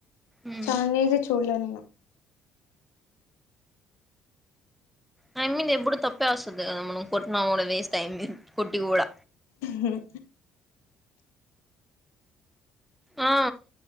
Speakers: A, in the centre; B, on the left.
A: ఉమ్
B: శాలినిది చూళ్ళేదు నేను
A: ఆ యమ్మిది ఎప్పుడు తప్పే వస్తది కద మనం కొట్టిన కూడా వేస్ట్ టైం వేస్ కొట్టి కూడా
B: మ్మ్.
A: ఆ